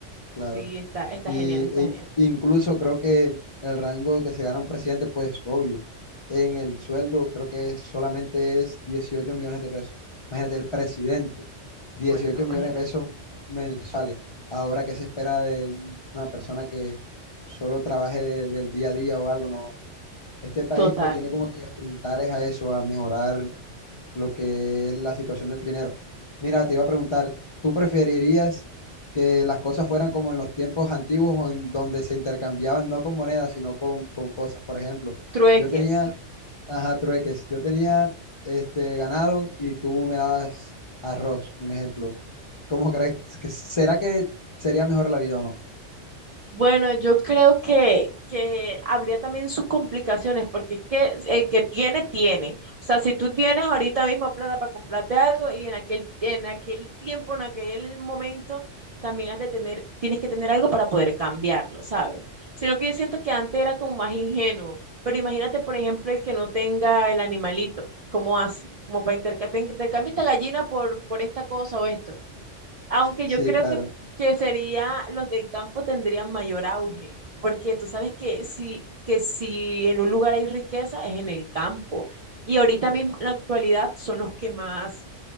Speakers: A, on the left; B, on the right.
A: Claro.
B: Sí, está, está
A: Sí,
B: genial, está
A: Y
B: genial.
A: e- incluso creo que el rango que se gana un presidente, pues obvio, en el sueldo creo que es- solamente es 18 millones de pesos. Imagínate, el presidente, 18
B: Bueno,
A: millones
B: imagínate.
A: de pesos mensuales. Ahora, ¿qué se espera de una persona que solo trabaje de- del día a día o algo? No. Este país
B: Total.
A: pues tiene como que apuntar es a eso, a mejorar lo que es la situación del dinero. Mira, te iba a preguntar, ¿tú preferirías que las cosas fueran como en los tiempos antiguos o en donde se intercambiaban no con monedas, sino con, con cosas? Por ejemplo,
B: Trueques.
A: yo tenía, ajá, trueques, yo tenía este ganado y tú me dabas arroz, un ejemplo. ¿Cómo crees que será que sería mejor la vida o no?
B: Bueno, yo creo que, que habría también sus complicaciones, porque es que el que tiene, tiene. O sea, si tú tienes ahorita mismo plata para comprarte algo y en aquel, en aquel tiempo, en aquel momento, también has de tener, tienes que tener algo para poder cambiarlo, ¿sabes? Sino que yo siento que antes era como más ingenuo, pero imagínate, por ejemplo, el que no tenga el animalito, ¿cómo hace? Como para intercambiar, te intercambio esta gallina por, por esta cosa o esto. Aunque
A: Sí,
B: yo creo
A: claro.
B: que, que sería, los del campo tendrían mayor auge, porque tú sabes que si, que si en un lugar hay riqueza es en el campo. Y ahorita mismo, en la actualidad, son los que más,